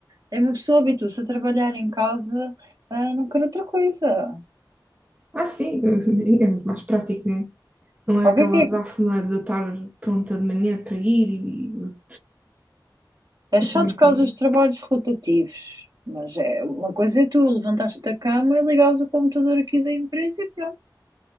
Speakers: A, on the right (about 55°); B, on the right (about 20°).
A: É uma pessoa habitua-se a trabalhar em casa, ah, não quero outra coisa.
B: Ah, sim, <laughs> é muito mais prático, né? Não é
A: O
B: aquela
A: que
B: azáfama
A: é que
B: de eu estar pronta de manhã para ir e
A: é? É
B: eu
A: chato
B: também
A: por causa
B: queria.
A: dos trabalhos rotativos, mas é uma coisa é tu levantaste da cama e ligares o computador aqui da empresa e pronto.